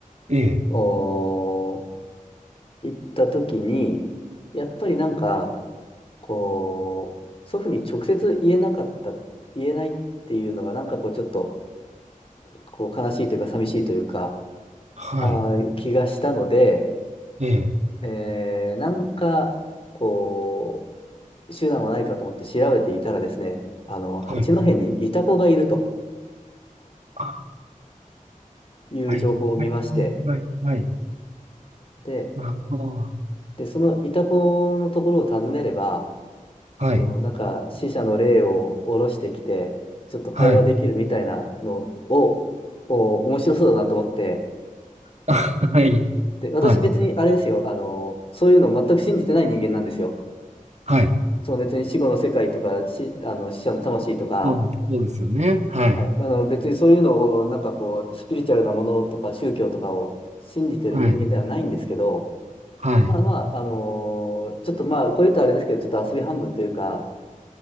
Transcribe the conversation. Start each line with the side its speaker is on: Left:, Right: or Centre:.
Right: ええ、
Left: おー、行った時に、やっぱりなんか、こう、祖父に直接言えなかった、言えないっていうのが、なんかこう、ちょっと、こう、悲しいというか、寂しいというか、
Right: はい、
Left: あー気がしたので、
Right: ええ、
Left: えーなんか、こう、手段はないかと思って調べていたらですね、あの、八戸にイタコがいると
Right: はい、あ、
Left: いう情報を見まして、
Right: はい、はい、はい、はい、はい
Left: で、
Right: なるほど。
Left: で、そのイタコのところを訪ねれば、
Right: はい。
Left: その、なんか、死者の霊を下ろしてきて、ちょっと会話できるみたいなのを、
Right: はい。
Left: お、面白そうだなと思って、
Right: <laughs> あはい。
Left: で、私別にあれですよ、
Right: はい。
Left: あの、そういうの全く信じてない人間なんですよ。
Right: はい。
Left: その別に死後の世界とか、し、あの、死者の魂とか、
Right: そうですそうですよね。はい。
Left: はい、あの、別にそういうのを、なんかこう、スピリチュアルなものとか宗教とかを信じてる人間ではないんですけど、
Right: はい。はい。
Left: まあまあ、あのーちょっとまあ、こういうとあれですけど、ちょっと遊び半分というか、